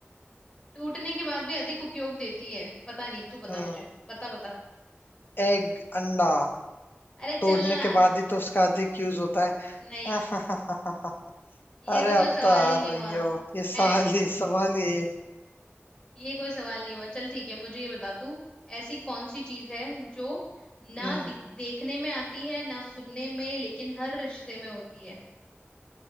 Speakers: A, on the left (about 20°); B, on the left (about 50°).
A: टूटने के बाद भी अधिक उपयोग देती है पता नहीं तू बता
B: हम्म
A: मुझे बता बता
B: एग अंडा
A: अरे
B: तोड़ने
A: चलना
B: के बाद ही तो उसका अधिक यूज होता है
A: नहीं
B: <laughs>
A: ये
B: अरे
A: तो कोई
B: अब
A: सवाल
B: तो आ
A: ही नहीं
B: रही
A: हुआ
B: हो ये सवाल
A: मैं
B: ही सवाल ही है ये
A: ये कोई सवाल नहीं हुआ चल ठीक है मुझे ये बता तू ऐसी कौन सी चीज है जो ना
B: हम्म
A: दिख- देखने में आती है ना सुनने में लेकिन हर रिश्ते में होती है